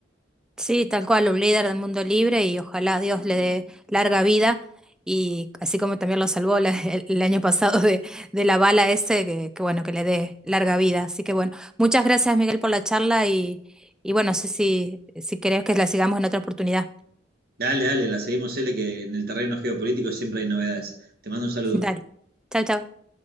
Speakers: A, in the centre; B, on the right (about 55°).
A: Sí, tal cual, un líder del mundo libre y ojalá Dios le dé larga vida y así como también lo salvó la- el, el año pasado de, de la bala ese, que, que bueno, que le dé larga vida. Así que bueno, muchas gracias Miguel por la charla y, y bueno, no sé si, si querés que la sigamos en otra oportunidad.
B: Dale, dale, la seguimos, L, que en el terreno geopolítico siempre hay novedades. Te mando un saludo.
A: <laughs> Dale, chao, chao.